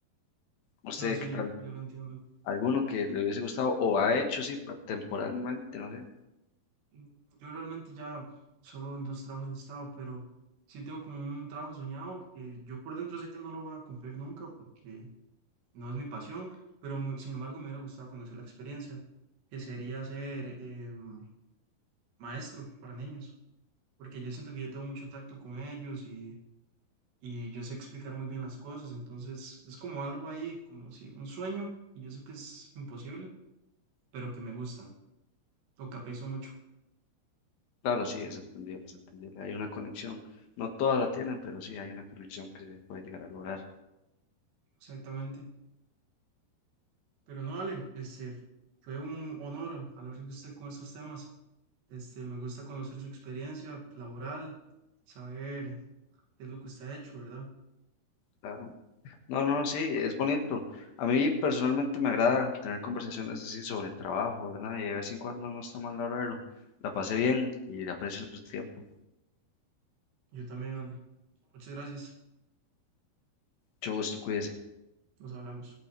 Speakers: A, on the left; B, on the right.
A: no sé
B: No, sí,
A: qué tal,
B: yo lo entiendo.
A: alguno que le hubiese gustado o ha hecho, sí, pa- temporalmente, no sé.
B: Mm, Yo realmente ya solo en dos trabajos he estado, pero sí tengo como un trabajo soñado que yo por dentro sé que no lo voy a cumplir nunca porque No es mi pasión, pero mu- sin embargo me hubiera gustado conocer la experiencia, que sería ser eh, um, maestro para niños, porque yo siento que yo tengo mucho tacto con ellos y, y yo sé explicar muy bien las cosas, entonces es como algo ahí, como si un sueño, y yo sé que es imposible, pero que me gusta, o que aprecio mucho,
A: Claro, sí, es entendible, es entendible. Hay una conexión, no todas la tienen, pero sí hay una conexión que se puede llegar a lograr.
B: exactamente. Pero no, Ale, este, fue un honor hablar de usted con estos temas, este, me gusta conocer su experiencia laboral, saber qué es lo que usted ha hecho, ¿verdad?
A: Claro. No, no, no, sí, es bonito. A mí personalmente me agrada tener conversaciones así sobre trabajo, ¿verdad? Y de vez en cuando no está mal hablarlo. La pasé bien y le aprecio su tiempo.
B: Yo también, Ale. Muchas gracias.
A: Mucho gusto, cuídese.
B: Nos hablamos.